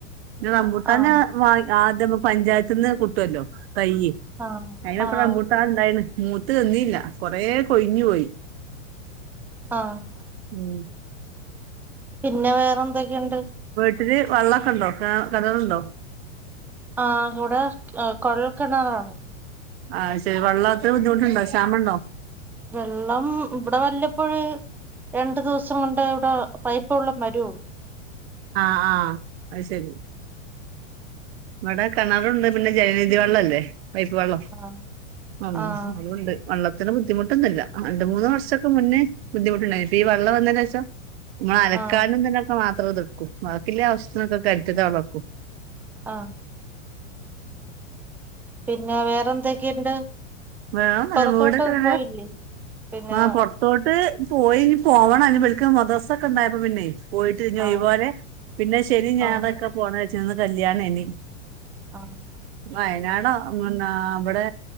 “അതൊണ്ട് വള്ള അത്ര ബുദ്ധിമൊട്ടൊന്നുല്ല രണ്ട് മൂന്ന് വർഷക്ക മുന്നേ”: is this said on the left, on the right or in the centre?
Right